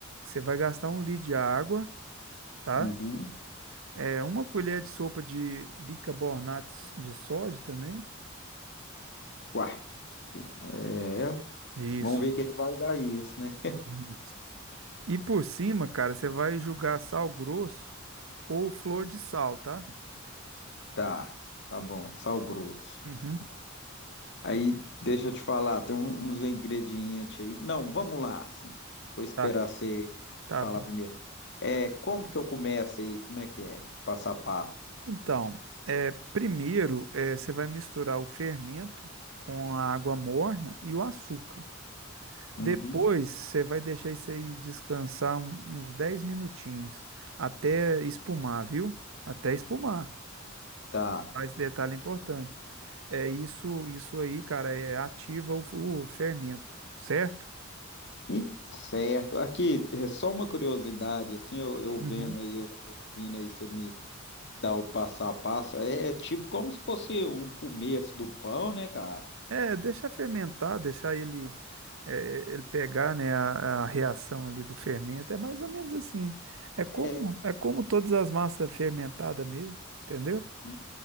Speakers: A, on the right; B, on the left.
A: vai gastar um litro de água, tá?
B: Uhum.
A: É uma colher de sopa de bicarbonato de sódio também.
B: Uai. É,
A: Isso.
B: Vamos ver o que que vai dar isso, né?
A: Uhum. E por cima, cara, você vai jogar sal grosso ou flor de sal, tá?
B: Tá, tá bom, sal grosso.
A: Uhum.
B: Aí, deixa eu te falar, tem um- uns ingredientes aí. Não, vamos lá, assim. Vou esperar
A: Tá.
B: você
A: Tá
B: falar
A: bom.
B: primeiro. É, como que eu começo aí? Como é que é? Passo a passo.
A: Então, é, primeiro, é você vai misturar o fermento com a água morna e o açúcar.
B: Uhum,
A: Depois você vai deixar isso aí descansar um- uns 10 minutinhos até espumar, viu? Até espumar.
B: tá.
A: Tá? Esse detalhe é importante. É isso, isso aí, cara, é ativa o, f- o fermento, certo?
B: E, certo. Aqui, é só uma curiosidade, assim, eu, eu
A: Uhum.
B: vendo aí, eu, ouvindo aí você me dá o passo a passo. É, é tipo como se fosse um começo do pão, né, cara?
A: É, deixa fermentar, deixar ele é, ele pegar, né, a, a reação ali do fermento. É mais ou menos assim. É como
B: É.
A: é como todas as massas fermentadas mesmo, entendeu?
B: Uhum,